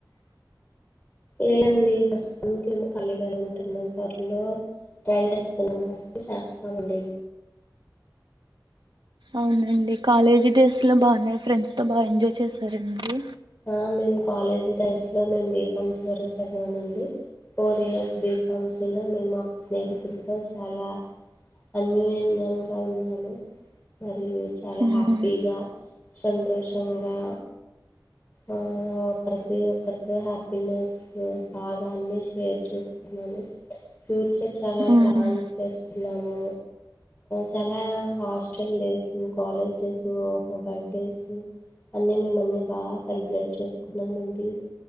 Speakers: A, on the left; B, on the right.
A: లేదండి ప్రస్తుతం ఏమో ఖాళీగానే ఉంటున్నాం త్వరలో ట్రై చేస్తున్నాం వస్తే చేస్తామండి
B: అవునండి కాలేజీ డేస్ లో బానే ఫ్రెండ్స్ తో బాగా ఎంజాయ్ చేశారండి
A: ఆ మేము కాలేజ్ డేస్ లో మేము బీకామ్స్ వర చదివామండి ఫోర్ ఇయర్స్ బీకామ్స్ లో మేము మా స్నేహితులతో చాలా అన్యోన్యంగా ఉన్నాము మరియు చాలా
B: మ్మ్
A: హ్యాపీగా సంతోషంగా ఆ ఒకరిపై ఒకరితో హ్యాపీనెస్ బాదా అన్ని షేర్ చేసుకున్నాము ఫ్యూచర్ చాలా
B: మ్మ్
A: ప్లాన్స్ చేసుకున్నాము చాలా హాస్టల్ డేస్ కాలేజ్ డేస్ మా బర్త్డేస్ అన్నీ మేము అన్ని బా సెలబ్రేట్ చేసుకున్నామండి